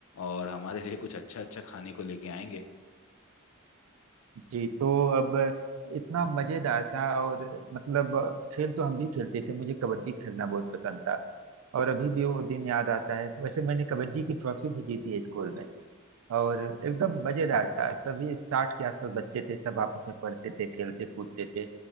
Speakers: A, on the left; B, on the right.
A: और हमारे लिए कुछ अच्छा अच्छा खाने को लेके आएंगे
B: जी तो अब इतना मजेदार था और मतलब खेल तो हम भी खेलते थे मुझे कबड्डी खेलना बहुत पसंद था और अभी भी वो दिन याद आता है वैसे मैंने कबड्डी की ट्रॉफी भी जीती है स्कूल में और एकदम मजेदार था सभी साठ के आसपास बच्चे थे सब आपस में पढ़ते थे खेलते कूदते थे